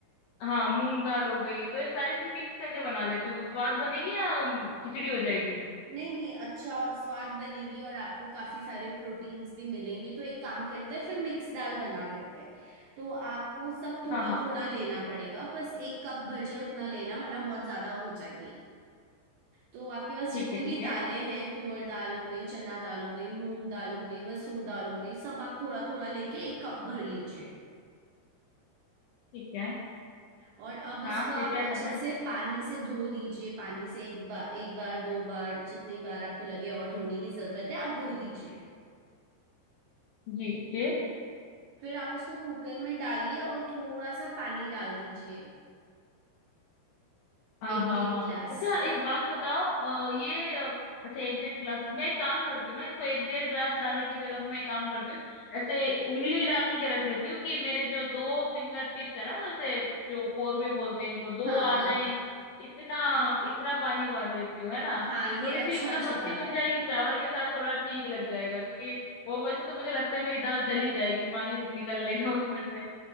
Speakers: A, on the left; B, on the right.
A: हाँ मूंग दाल हो गई तो इन सारी चीज मिक्स करके बना लेती हूँ स्वाद बनेगी या अम, खिचड़ी हो जाएगी
B: नहीं नहीं अच्छा स्वाद बनेगी और आपको काफी सारे प्रोटीन्स भी मिलेंगे तो एक काम करते हैं फिर मिक्स दाल बना लेते हैं तो आपको सब थोड़ा
A: हाँ हाँ
B: थोड़ा लेना पड़ेगा बस एक कप भर जाए उतना लेना वरना बहुत ज्यादा हो जाएगी तो आपके पास जितनी
A: ठीक है
B: भी
A: ठीक
B: दालें
A: है
B: हैं तुअर दाल हो गई चना दाल हो गई मूंग दाल हो गई मसूर दाल हो गई सब आप थोड़ा थोड़ा लेके एक कप भर लीजिए
A: ठीक है
B: और अब इसको
A: हाँ
B: आप
A: फिर क्या
B: अच्छे
A: करना है
B: से पानी से धो दीजिए पानी से एक बार एक बार दो बार जितनी बार आपको लगे और धोने की जरूरत है आप धो दीजिए
A: जी जी
B: फिर आप उसको कुकर में डालिए और थोड़ा सा पानी डाल दीजिए
A: हाँ
B: एक
A: हाँ
B: डेढ़
A: हाँ
B: गिलास
A: अच्छा एक बात बताओ अ, ये अ, अच्छा एक डेढ़ गिलास मैं एक काम करती हूँ ना इसको एक डेढ़ गिलास डालने की जगह पे मैं एक काम करती हूँ ऐसे उंगली डाल के रख लेती हूँ कि मेरे जो दो फिंगर टिप्स है ना मतलब ऐसे जो पोरवे बोलते हैं इनको दो
B: हाँ
A: आ
B: हाँ
A: जाए इतना इतना पानी मार लेती हूँ है ना
B: हाँ ये
A: थोड़ी सी
B: अच्छा
A: मतलब
B: जुगाड़
A: पतली बन
B: है
A: जाएगी चावल के साथ थोड़ा ठीक लग जाएगा क्योंकि वो वैसे तो मुझे लगता है मेरी दाल जली जाएगी पानी निकल लेगा <laughs> उसमें से